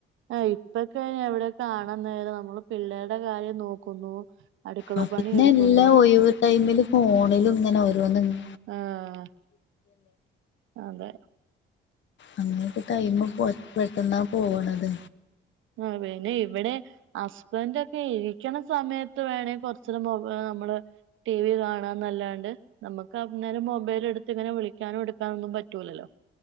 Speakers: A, on the right; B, on the left.
A: ആഹ് ഇപ്പെക്ക് ഇപ്പയിനെവിടെ കാണാൻ നേരം നമ്മള് പിള്ളേരുടെ കാര്യം നോക്കുന്നു അടുക്കള
B: ആഹ്
A: പണി
B: പിന്നെ
A: എടുക്കുന്നു
B: എല്ലാ ഒയിവ് ടൈമിലും ഫോണിലുങ്ങനെ ഓരോന്ന്ങ്ങ്
A: ആഹ് അതെ
B: അങ്ങനൊക്കെ ടൈമ് പൊയ് പെട്ടെന്നാ പോണത്
A: ആ പിന്നെ ഇവടെ ഹസ്ബൻഡൊക്കെ ഇരിക്കണ സമയത്ത് വേണേ കൊറച്ചേരം മൊബൈ നമ്മള് ടി വി കാണാന്നല്ലാണ്ട് നമുക്ക് അന്നേരം മൊബൈടുത്ത് ഇങ്ങനെ വിളിക്കാനോ എടുക്കാനോ ഒന്നും പറ്റൂലല്ലോ